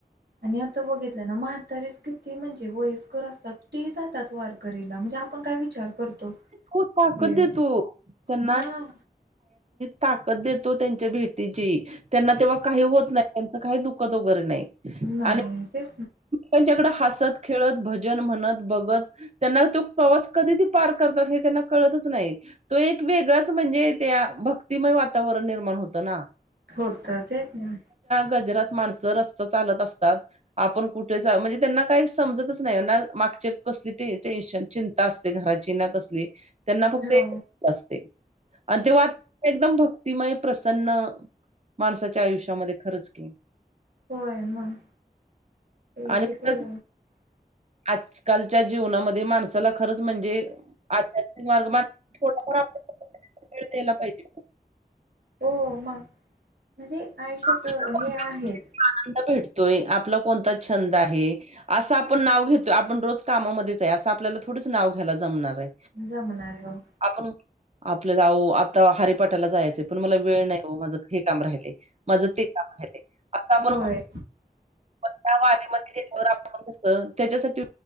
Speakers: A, on the right (about 85°); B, on the right (about 45°).
A: आणि आता बघितला ना म्हातारीच किती म्हणजे वयस्कर असतात ती जातात वारकररीला म्हणजे आपण काय विचार करतो
B: खूप ताकद
A: की
B: देतो. त्यांना
A: हा,
B: ताकद देतो त्यांच्या भेटीची त्यांना तेव्हा काही होत नाही. त्यांचं काही दुःखद वगैे नाही.
A: नाही
B: आणि
A: ते
B: त्यांच्याकडे हसत खेळत भजन म्हणत बघत त्यांना तो प्रवास कधी ते पार करतात हे त्यांना कळतच नाही तो एक वेगळाच म्हणजे त्या भक्तिमय वातावरण निर्माण होतं ना
A: होतर तेच ना
B: गजरात माणसं रस्त चालत असतात आपण कठे जा म्हणजे त्यांना काही समजतच नाही मागचे कसली ते टेन्शन असते घराची ना कसली त्यांना फक्त
A: हो
B: असते आणि ते वा एकदम भक्तिमय प्रसन्न माणसाच्या आयुष्यामध्ये खरंच खरच की
A: होय मग ते
B: आणि
A: किती
B: खरच आजकालच्या जीवनामध्ये माणसाला खरंच म्हणजे आध्यात्मिक मार्ग थोडफार वेळ द्याला पाहिजे.
A: हो मग म्हणजे आयुष्यात
B: आपल्याला
A: हे
B: कोणत्या
A: आहेच.
B: गोष्टीत आनंद भेटत तोय आपला कोणता छंद आहे. असं आपण नाव घेतो आपण रोज कामामध्येच आहे, असं आपल्याला थोडीच नाव घ्यायला जमणार आहे.
A: जमणार हो.
B: आपण आपल्या जाऊ आता हरिपाटाला जायचं पण मला वेळ नाही हो माझं हे काम राहिलंय. मज ते काम आहे असं आपण
A: होय
B: म्हण. प त्या वऱ्यामध्येच्यावर त्याच्यासाठी